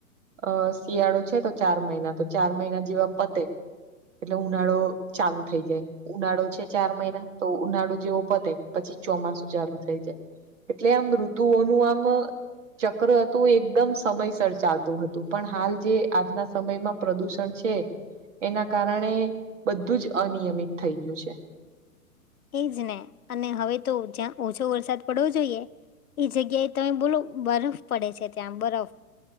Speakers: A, on the right; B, on the left.
A: અ શિયાળો છે તો ચાર મહિના તો ચાર મહિના જેવા પતે એટલે ઉનાળો ચાલુ થઇ જાય ઉનાળો છે ચાર મહિના તો ઉનાળો જેવો પતે પછી ચોમાસું ચાલુ થઈ જાય એટલે આમ ઋતુઓનું આમ ચક્ર હતું એકદમ સમયસર ચાલતું હતું પણ હાલ જે આજના સમયમાં પ્રદૂષણ છે એના કારણે બધું જ અનિયમિત થઈ ગયું છે
B: એ જ ને અને હવે તો જ્યાં ઓછો વરસાદ પડવો જોઈએ એ જગ્યાએ તમે બોલો બરફ પડે છે ત્યાં બરફ